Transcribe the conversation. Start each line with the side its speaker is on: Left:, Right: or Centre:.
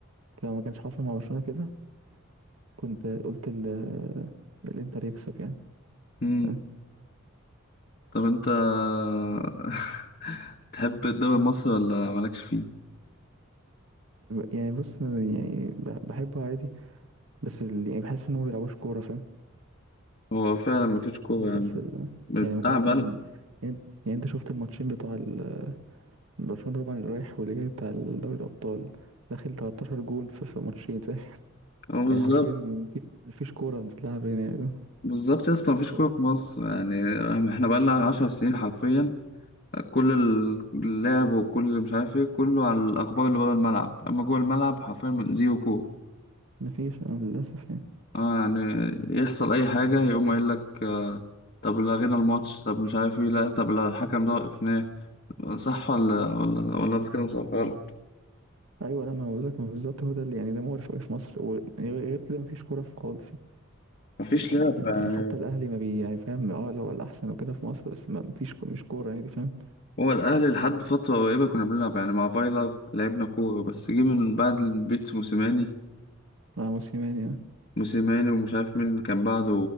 Right: لو ما كانش حصل مع برشلونة كده كنت قلت ال... الإنتر يكسب يعني
Left: امم
Right: فاهم؟
Left: طب انت <laughs> تحب الدوري المصري ولا مالكش فيه
Right: يعني بص أنا يعني بح- بحبه عادي بس ال- يعني بحس إن هو ما بيلعبوش كورة فاهم
Left: هو فعلا مفيش كوره
Right: بحس
Left: يعني
Right: ال...
Left: بتاع
Right: يعني مقارنة
Left: بل
Right: ب- يعني يعني أنت شفت الماتشين بتوع ال- برشلونة طبعا اللي رايح واللي جاي بتاع دوري الأبطال داخل 13 جون في في ماتشين فاهم؟
Left: هو بالظبط
Right: يعني حرفيا مفيش مفيش كورة بتتلعب هنا
Left: بالظبط يا اسطى مفيش كوره
Right: يعني
Left: في مصر يعني احنا بقالنا عشر سنين حرفيا كل اللعب وكل مش عارف ايه كله على الاخبار اللي بره الملعب اما جوه الملعب حرفيا زيرو كوره
Right: مفيش آه، للأسف يعني
Left: اه يعني يحصل اي حاجة يقوم قايل لك آه طب لغينا الماتش طب مش عارف ايه لا طب لا الحكم ده وقفناه صح ولا ولا ولا بتكلم صح غلط
Right: أيوة لا ما هو بقولك ما بالظبط هو ده اللي يعني ده مقرف أوي في مصر وغير كده مفيش كورة في خالص يعني
Left: مفيش
Right: يعني
Left: لعب يعني
Right: حتى الأهلي ما بي يعني فاهم اه لو الأحسن وكده في مصر بس ما مفيش كو- مش كورة يعني دي فاهم
Left: هو الأهلي لحد فترة قريبة كنا بنلعب يعني مع فايلر لعبنا كورة بس جه من بعد البيت موسيماني
Right: مع موسيماني يعني
Left: موسيماني ومش عارف مين كان بعده